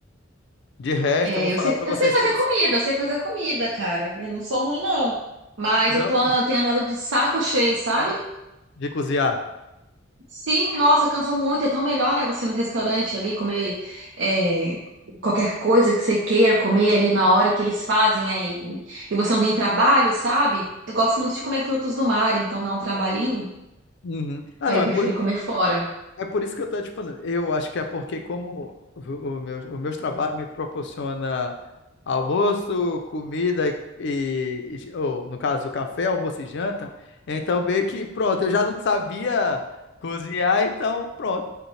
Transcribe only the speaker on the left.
De resto,
eu vou
falar
pra
vocês,
não,
de cozinhar.
Uhum. Ah,
não,
é,
É por isso que eu tô te falando. Eu acho que é porque como o, o meu, o meus trabalhos me proporciona almoço, comida e, e- ou, no caso, café, almoço e janta, então meio que pronto, eu já não sabia cozinhar, então pronto.